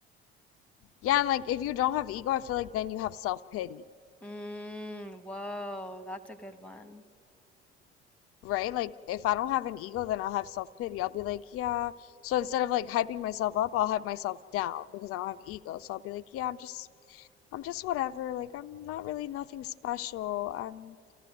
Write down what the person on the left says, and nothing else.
Yeah, and like if you don't have ego, I feel like then you have self-pity,
right? Like if I don't have an ego, then I'll have self-pity. I'll be like, yeah. So instead of like hyping myself up, I'll hype myself down because I don't have ego. So I'll be like, yeah, I'm just I'm just whatever. Like I'm not really nothing special. I'm